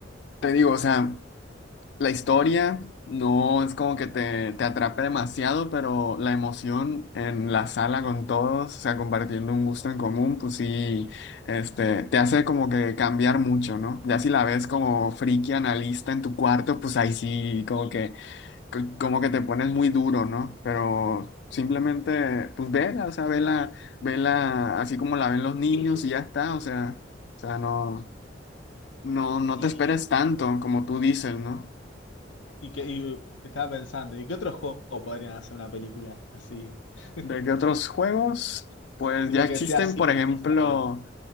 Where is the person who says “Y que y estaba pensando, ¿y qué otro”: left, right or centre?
Left